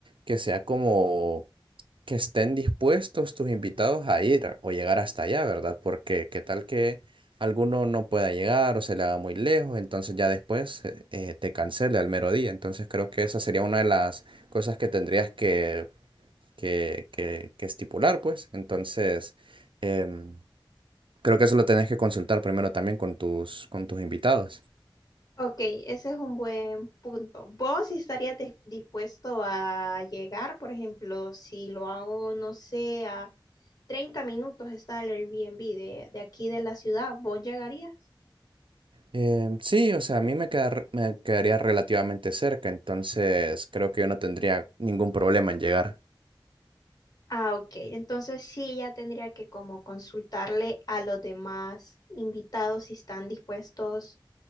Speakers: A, on the right; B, on the left.
A: que sea como que estén dispuestos tus invitados a ir a- o llegar hasta allá, ¿verdad? Porque qué tal que alguno no pueda llegar o se le haga muy lejos, entonces ya después eh, eh, te cancele al mero día. Entonces creo que esa sería una de las cosas que tendrías que, que, que, que estipular, pues. Entonces, em, creo que eso lo tenés que consultar primero también con tus, con tus invitados.
B: Ok, ese es un buen punto. ¿Vos estarías dis- dispuesto a llegar, por ejemplo, si lo hago, no sé, a 30 minutos está el Airbnb de, de aquí de la ciudad, ¿vos llegarías?
A: Em, sí, o sea, a mí me queda re- me quedaría relativamente cerca, entonces creo que yo no tendría ningún problema en llegar.
B: Ah, ok. Entonces sí, ya tendría que como consultarle a los demás invitados si están dispuestos